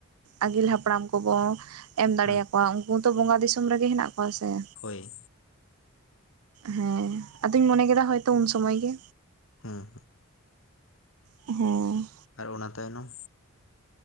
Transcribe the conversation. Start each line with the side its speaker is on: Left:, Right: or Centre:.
Right: ᱟᱹᱜᱤᱞ ᱦᱟᱯᱲᱟᱢ ᱠᱚᱵᱚᱱ ᱮᱢ ᱫᱟᱲᱮ
Left: ᱦᱩᱸ
Right: ᱟᱠᱚᱣᱟ ᱩᱱᱠᱩ ᱦᱚᱸᱛᱚ ᱵᱚᱸᱜᱟ ᱫᱤᱥᱚᱢ ᱨᱮᱜᱮ ᱦᱮᱱᱟᱜ ᱠᱚᱣᱟ᱾ ᱥᱮ
Left: ᱦᱳᱭ
Right: ᱦᱮᱸ ᱟᱫᱚᱧ ᱢᱚᱱᱮ ᱠᱮᱫᱟ ᱦᱚᱭᱛᱳ ᱩᱱ ᱥᱚᱢᱚᱭ ᱜᱮ᱾
Left: ᱦᱮᱸ ᱦᱮᱸ
Right: ᱦᱮᱸ
Left: ᱟᱨ ᱚᱱᱟ ᱛᱟᱭᱱᱚᱢ